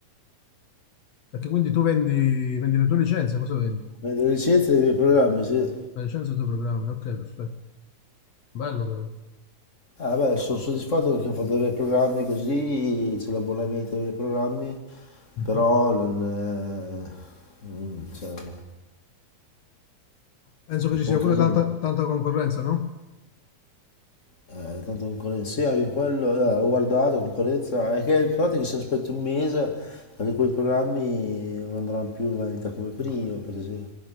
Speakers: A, on the left (about 60°); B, on the left (about 25°).
A: Perché quindi tu vendi, vendi le tue licenze, cosa vendi?
B: Vendere licenze dei miei programmi, sì.
A: La licenza dei tuoi programmi, ok, perfetto. Bello però.
B: Eh beh, sono soddisfatto perché ho fatto dei bei programmi così, c'è l'abbonamento ai miei programmi,
A: Mhm.
B: però non... è, mm, cioè, è
A: Penso che
B: un
A: ci
B: po'
A: sia
B: un casino.
A: pure tanta, tanta concorrenza, no?
B: Eh, tanta concorrenza, sì, anche quello, eh, ho guardato, concorrenza, è che il fatto è che se aspetti un mese, anche quei programmi non andranno più in vendita come prima, per esempio,